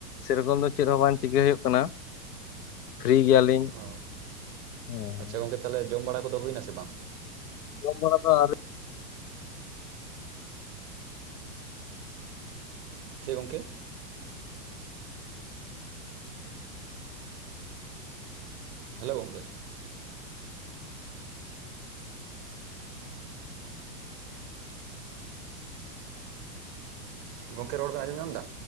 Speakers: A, on the left (about 75°); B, on the right (about 35°).
A: ᱥᱮᱨᱚᱠᱚᱢ ᱫᱚ ᱪᱮᱫ ᱦᱚᱸ ᱵᱟᱝ ᱪᱤᱠᱟᱹ ᱦᱩᱭᱩᱜ ᱠᱟᱱᱟ ᱯᱷᱨᱤ ᱜᱮᱭᱟ ᱞᱤᱧ
B: ᱚ
A: ᱦᱮᱸ
B: ᱟᱪᱪᱷᱟ ᱜᱚᱝᱠᱮ ᱛᱟᱦᱚᱞᱮ ᱡᱚᱢ ᱵᱟᱲᱟ ᱠᱚᱫᱚ ᱦᱩᱭᱱᱟ ᱥᱮ ᱵᱟᱝ
A: ᱡᱚᱢ ᱵᱟᱲᱟ ᱫᱚ ᱟᱹᱣᱨᱤ
B: ᱪᱮᱫ ᱜᱚᱢᱠᱮ ᱦᱮᱞᱳ ᱜᱚᱢᱠᱮ ᱜᱚᱢᱠᱮ ᱨᱚᱲ ᱵᱤᱱ ᱟᱡᱚᱢ ᱧᱟᱢ ᱫᱟ